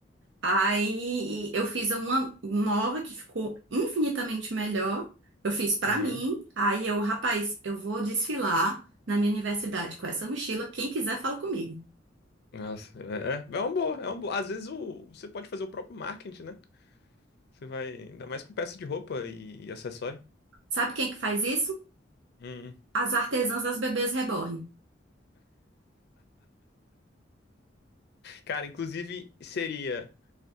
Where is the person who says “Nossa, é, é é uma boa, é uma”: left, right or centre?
Left